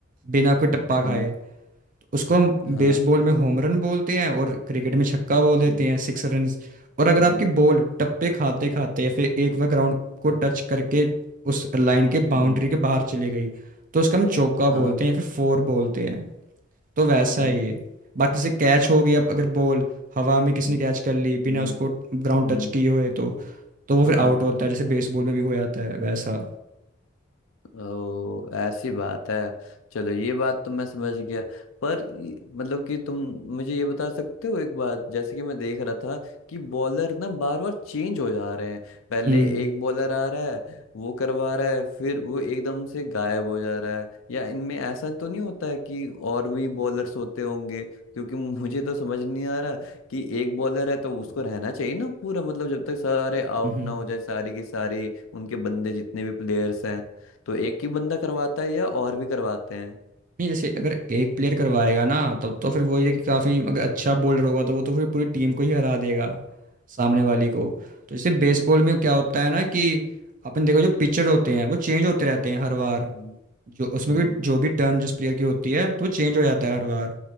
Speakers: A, on the right; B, on the left.
A: बिना कोई टप्पा
B: हम्म,
A: खाए तो उसको हम
B: हाँ
A: बेसबॉल में होम रन बोलते हैं और क्रिकेट में छक्का बोल
B: हम्म,
A: देते हैं सिक्स रन और अगर
B: हम्म,
A: आपकी बॉल टप्पे खाते खाते या फिर एक बार ग्राउंड को
B: हाँ
A: टच करके उस लाइन के बाउंड्री
B: हम्म,
A: के बाहर चली गई तो उसका हम चौका बोलते
B: हाँ
A: हैं या फिर फोर बोलते हैं तो वैसा
B: हम्म,
A: ही है ये। बाकी जैसे कैच हो गई अब अगर बॉल हवा में किसी
B: हम्म,
A: ने कैच कर ली
B: हम्म,
A: बिना उसको ग्राउंड
B: हम्म,
A: टच किए हुए तो तो वो फिर
B: हाँ
A: आउट होता है जैसे बेसबॉल में भी हो जाता है वैसा
B: ओ ऐसी बात है चलो ये बात तो मैं समझ गया पर ये- मतलब कि तुम मुझे ये बता सकते हो एक बात जैसे कि मैं देख रहा था कि बॉलर ना बार बार चेंज हो जा रहे हैं पहले
A: हम्म
B: एक बॉलर आ रहा है वो करवा रहा है फिर वो एकदम से गायब हो जा रहा है या इनमें ऐसा तो नहीं होता है कि और भी बॉलर्स होते होंगे क्योंकि मुझे तो समझ नहीं आ रहा कि एक बॉलर है तो उसको रहना चाहिए ना पूरा मतलब जब तक सारे आउट
A: हम्म
B: ना हो जाए सारी की सारी उनके बंदे जितने भी प्लेयर्स हैं तो एक ही बंदा करवाता है या और भी करवाते हैं
A: नहीं जैसे अगर एक प्लेयर करवाएगा ना तब तो फिर वो ये कि काफ़ी अगर अच्छा बॉलर होगा तो वो तो फिर पूरी टीम को ही हरा देगा सामने वाली को तो जैसे बेसबॉल में क्या होता है ना कि अपन देखो जो पिचर होते हैं वो चेंज होते रहते हैं हर बार
B: हम्म,
A: जो उसमें
B: हम्म,
A: भी जो भी टर्न जिस प्लेयर की होती है तो वो चेंज हो जाता है हर बार